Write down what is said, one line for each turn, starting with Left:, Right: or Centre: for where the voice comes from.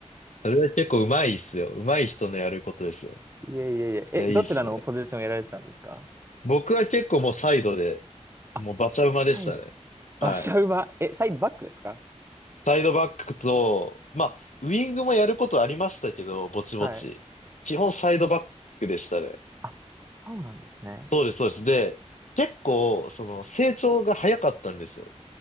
Left: それは結構上手いっすよ。上手い人のやることですよ。
Right: いやいやいや、え、
Left: いや、
Right: どちらのポジションをやられてたんですか
Left: いいっすね。僕は結構もうサイドで、
Right: あ、
Left: もう馬車馬でしたね。
Right: サイド、
Left: はい。
Right: 馬車馬、え、サイドバックですか
Left: サイドバックと、まあ、ウィングもやることありましたけど、ぼちぼち。
Right: はい。
Left: 基本サイドバックでしたね。
Right: あ、そうなんですね。
Left: そうです、そうです。で、結構、その、成長が早かったんですよ。